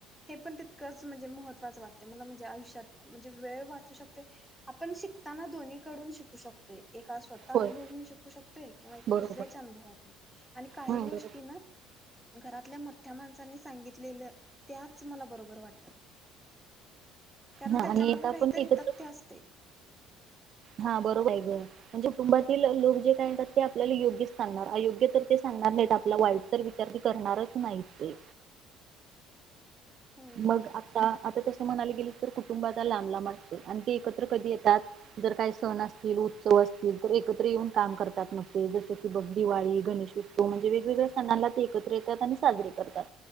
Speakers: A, in the centre; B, on the right.
A: हे पण तितकंच म्हणजे महत्त्वाचं वाटत मला म्हणजे आयुष्यात म्हणजे वेळ वाचू शकते. आपण शिकताना दोन्ही कडून शिकू शकतोय. एका स्वतः
B: होय
A: अनुभव घेऊन शिकू शकतोय किंवा
B: बरोबर
A: दुसऱ्याच्या अनुभवातून आणि काही
B: हा
A: गोष्टी
B: बरोबर
A: ना घरातल्या मोठ्या माणसांनी सांगितले त्याच मला बरोबर वाटतं. कारण
B: हा
A: त्याच्या
B: आणि
A: माग
B: आता आपण
A: काहीतरी
B: एकत्र
A: तथ्य असतंय.
B: हा बरोबर हाय गं. म्हणजे कुटुंबातील लोक जे काय यतात ते आपल्याला योग्य सांगणार अयोग्य तर ते सांगणार नाहीत आपला वाईट तर विचार की करणारच नाहीत ते.
A: होय.
B: मग आता आता कस म्हणाले गेले तर कुटुंबला लांब लांब असते आणि ते एकत्र कधी येतात जर काय सण असतील, उत्सव असतील तर एकत्र येऊन काम करतात मग ते जस की बघ दिवाळी, गणेशोत्सव म्हणजे वेगवेगळ्या सणाला ते एकत्र येतात आणि साजरे करतात